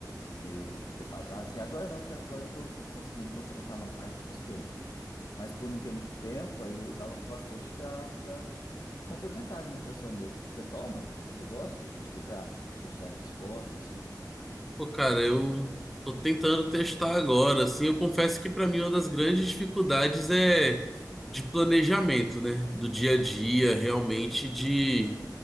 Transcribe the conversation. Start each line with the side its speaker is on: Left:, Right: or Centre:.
Left: meio defasado, assim, agora não, que agora eu tô conseguindo concentrar mais nessas coisas. Mas por não ter muito tempo, aí eu usava bastante para complementar a alimentação mesmo. Você toma? Você gosta? Tipo, para ajudar nos esportes, assim?
Centre: Pô, cara, eu tô tentando testar agora, assim. Eu confesso que pra mim uma das grandes dificuldades é de planejamento, né? Do dia a dia, realmente de